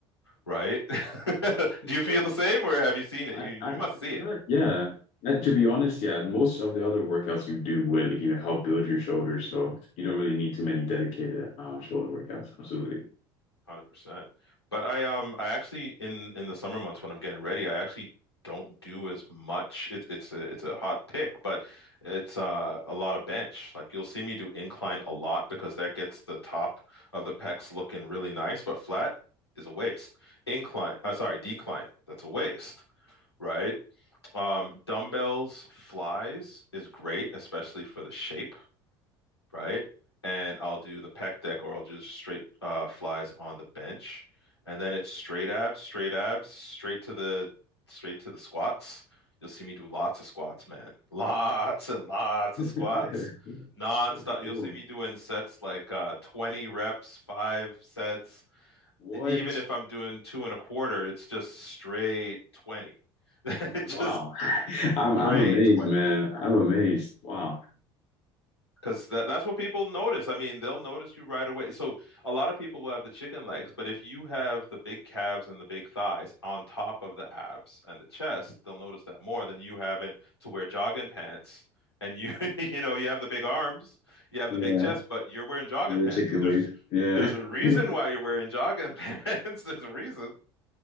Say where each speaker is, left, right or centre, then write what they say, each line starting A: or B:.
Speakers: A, on the left; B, on the left.
A: right? <laughs>
B: Yeah.
A: Do you feel the same or have you seen it?
B: I,
A: You you
B: I,
A: must see it.
B: I- yeah. And to be honest, yeah, most of the other workouts you do would like, you know, help build your shoulders, so you don't really need too many dedicated um, shoulder workouts. Absolutely.
A: Hundred percent. But I um I actually in in the summer months when I'm getting ready, I actually don't do as much. It's it's a it's a hot pick, but it's uh, a lot of bench. Like you'll see me do incline a lot because that gets the top of the pecs looking really nice, but flat is a waste. Incline, uh, sorry, decline, that's a waste, right? Um, dumbbells, flies is great, especially for the shape right? And I'll do the pec deck or I'll just straight uh, flies on the bench. And then it's straight abs, straight abs, straight to the straight to the squats. You'll see me do lots of squats, man. <laughs> Lots and lots of
B: <laughs>
A: squats. Non-stop. You'll
B: Cool.
A: see me doing sets like uh, 20 reps, five sets.
B: What?
A: E- Even if I'm doing two and a quarter, it's just straight 20. <laughs> Just
B: Wow. <laughs> I'm
A: straight
B: I'm amazed,
A: 20.
B: man. I'm amazed. Wow.
A: Because that, that's what people notice. I mean, they'll notice you right away. So a lot of people will have the chicken legs, but if you have the big calves and the big thighs on top of the abs and the chest, they'll notice that more than you having to wear jogging pants. And you, <laughs> you know, you have the big arms, you have
B: Yeah.
A: the big chest, but you're wearing jogging
B: The
A: pants.
B: chicken
A: There's,
B: legs. Yeah.
A: there's a reason
B: <laughs>
A: why you're wearing jogging <laughs> pants. There's a reason,